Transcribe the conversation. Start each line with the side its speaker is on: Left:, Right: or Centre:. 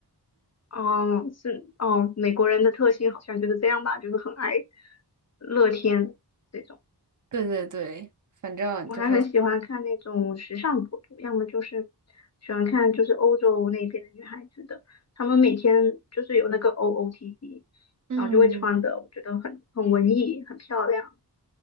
Left: 哦，是哦，美国人的特性好像就是这样吧，就是很爱乐天。这种。
Right: 对对对，反正就是，
Left: 我还很喜欢看那种时尚博主，要么就是喜欢看就是欧洲那边的女孩子的，她们每天就是有那个 OOTD，
Right: 嗯，
Left: 然后就会穿的，我觉得很很文艺，很漂亮。